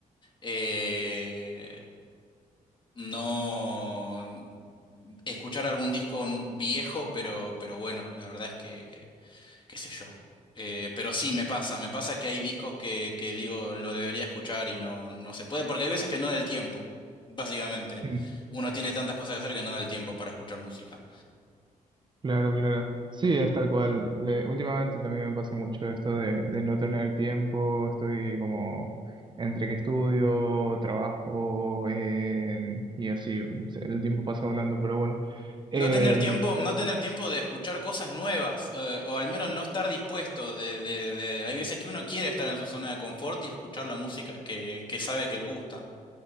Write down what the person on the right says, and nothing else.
<laughs> Mm.
Claro, claro. Sí, es tal cual. Le- últimamente también me pasa mucho esto de, de no tener tiempo. Estoy como entre que estudio, trabajo eh, y así. El tiempo pasa volando, pero bueno. Eh,